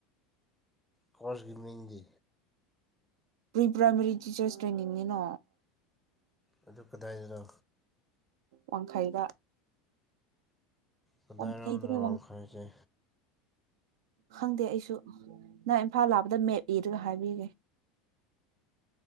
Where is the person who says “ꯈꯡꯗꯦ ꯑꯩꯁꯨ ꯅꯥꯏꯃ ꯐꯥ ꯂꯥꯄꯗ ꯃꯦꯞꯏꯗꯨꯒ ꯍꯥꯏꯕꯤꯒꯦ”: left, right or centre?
Right